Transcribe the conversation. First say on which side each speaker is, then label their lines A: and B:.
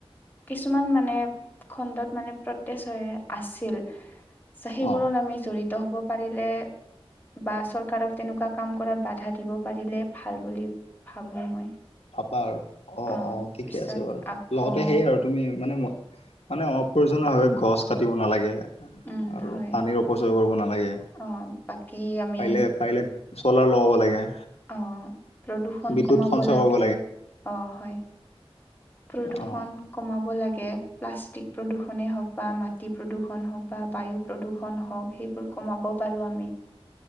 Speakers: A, on the left; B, on the left.
A: কিছুমান মানে খণ্ডত মানে প্ৰতেছ হয় আছিল। চে সেইবোৰত
B: অ
A: আমি জড়িত হ'ব পাৰিলে বা চৰকাৰক তেনেকুৱা কাম কৰাত বাধা দিব পাৰিলে ভাল বুলি ভাবোঁ মই।
B: ভাবা আৰু অ'
A: অঁ
B: অ' ঠিকে
A: পিছত
B: আছে বাৰু
A: আকৌ
B: লগতে সেয়ে আৰু তুমি মানে মই মানে অ' প্ৰয়োজনীয় ভাৱে গছ কাটিব নালাগে।
A: অঁ
B: আৰু
A: হয়
B: পানীৰ অপচয় কৰিব নালাগে
A: অঁ বাকী আমি
B: পাৰিলে, পাৰিলে ক'লাৰ লগাব লাগে।
A: অ'প্ৰদূষণ
B: বিদ্যুৎ
A: কমাব
B: সঞ্চয়
A: লাগে
B: কৰিব
A: অ'হয়। প্ৰদূষণ
B: অ
A: কমাব লাগে প্লাষ্টিক প্ৰদূষণেই হওক বা মাটি প্ৰদূষণ হওক বা বায়ু প্ৰদূষণ হওক সেইবোৰ কমাব পাৰোঁ আমি।